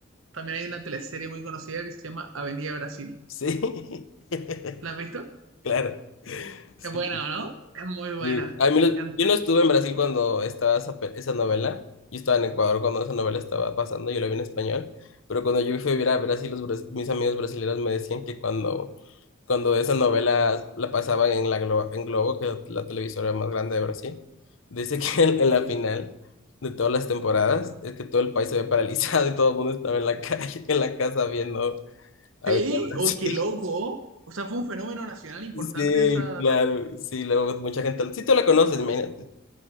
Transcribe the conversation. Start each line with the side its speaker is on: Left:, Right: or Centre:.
Right: También hay una teleserie muy conocida que se llama Avenida Brasil.
Left: Sí, <laughs>
Right: ¿La has visto?
Left: claro. Sí,
Right: Es buena, ¿no? Es muy buena,
Left: sí. A
Right: me
Left: mí
Right: encanta.
Left: lo- yo no estuve en Brasil cuando estaba esa, pe- esa novela. Yo estaba en Ecuador cuando esa novela estaba pasando, yo la vi en español. Pero cuando yo fui a vivir a Brasil, los, bras- mis amigos brasileños me decían que cuando cuando esa novela la pasaban en la Glo- en Globo, que es la, televisora más grande de Brasil, dice que en, en la final de todas las temporadas es que todo el país se ve paralizado y todo el mundo estaba en la <laughs> calle, en la casa viendo Avenida
Right: Sí,
Left: Brasil.
Right: oh, qué loco. O sea, fue un fenómeno nacional importante
Left: Sí,
Right: esa
Left: claro,
Right: teleserie.
Left: sí, luego mucha gente, sí, tú la conoces, imagínate.